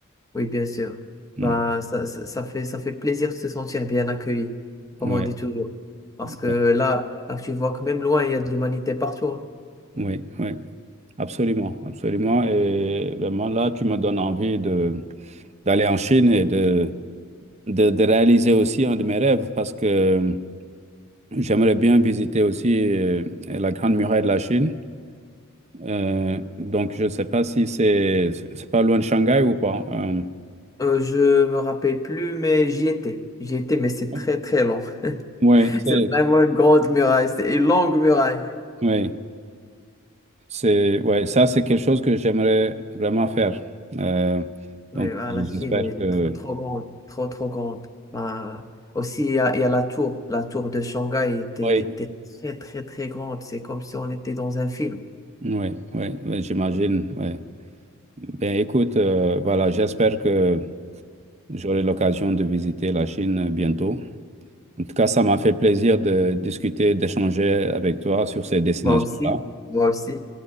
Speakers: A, on the left; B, on the right.
A: Oui, bien sûr.
B: Hmm.
A: Ben, ça, ça, ça fait, ça fait plaisir de se sentir bien accueilli, comme
B: Ouais,
A: on dit toujours. Parce
B: ouais,
A: que là, là, tu vois que même loin, il y a de l'humanité partout. hein.
B: oui, oui, absolument, absolument. Et vraiment, là, tu me donnes envie de d'aller en Chine et de, de, de réaliser aussi un de mes rêves parce que j'aimerais bien visiter aussi euh, la Grande Muraille de la Chine. Euh, donc, je ne sais pas si c'est c'est pas loin de Shanghai ou pas. hein.
A: Euh, je me rappelle plus, mais j'y étais. J'y étais, mais c'est très
B: Euh,
A: très long. <laughs>
B: oui, c'est,
A: C'est vraiment une grande muraille, c'est une longue muraille.
B: ouais. C'est, ouais, ça, c'est quelque chose que j'aimerais vraiment faire. Euh,
A: Mais
B: donc,
A: ben,
B: j'espère
A: la Chine, elle
B: que...
A: est trop trop grande, trop trop grande. Ben, aussi, il y a, il y a la tour. La tour de Shanghai était,
B: Oui,
A: était très très très grande. C'est comme si on était dans un film.
B: oui, oui, oui, j'imagine. Oui. Ben, écoute, euh, voilà, j'espère que j'aurai l'occasion de visiter la Chine bientôt. En tout cas, ça m'a fait plaisir de discuter, d'échanger avec toi sur ces destinations-là.
A: Moi aussi, moi aussi.